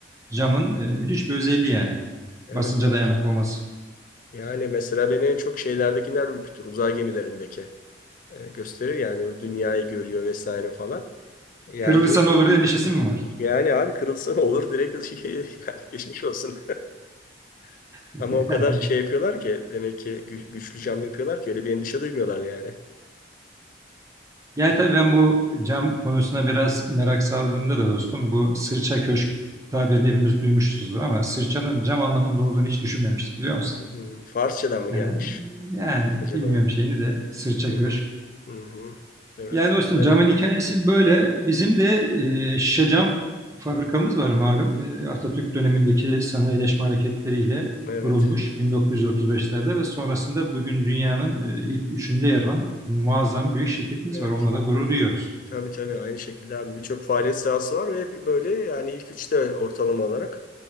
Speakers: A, on the right; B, on the left.
A: camın e, müthiş bir özelliği yani.
B: Evet
A: Basınca
B: evet.
A: dayanıklı olması.
B: Yani mesela beni en çok şeylerdekiler ürkütür. Uzay gemilerindeki e, gösterir yani o dünyayı görüyor vesaire falan. Yani
A: Kırılırsa ne olur endişesi mi var?
B: yani abi kırılsa ne olur direkt şey, <laughs> yani geçmiş olsun. <laughs>
A: <laughs>
B: Ama o kadar şey yapıyorlar ki demek ki gü- güçlü cam yapıyorlar ki öyle bir endişe duymuyorlar yani.
A: Yani tabii ben bu cam konusuna biraz merak saldığımda da dostum bu sırça köşk tabirini hepimiz duymuşuzdur ama sırçanın cam anlamında olduğunu hiç düşünmemiştik biliyor musun?
B: Hmm, Farsçadan mı
A: Yani,
B: gelmiş
A: yani
B: acaba?
A: bilmiyorum şeyini de sırça
B: Hı
A: köşk.
B: hı. Hı hı. Evet.
A: Yani dostum
B: Yani
A: camın hikayesi böyle. Bizim de e, şişe cam fabrikamız var malum. E, Atatürk dönemindeki sanayileşme hareketleriyle
B: evet.
A: kurulmuş 1935'lerde ve sonrasında bugün dünyanın e, ilk üçünde yer alan muazzam büyük şirketimiz
B: Evet.
A: var. Onunla da gurur duyuyoruz.
B: Tabii tabii aynı şekilde abi birçok faaliyet sahası var ve hep böyle yani ilk üçte ortalama olarak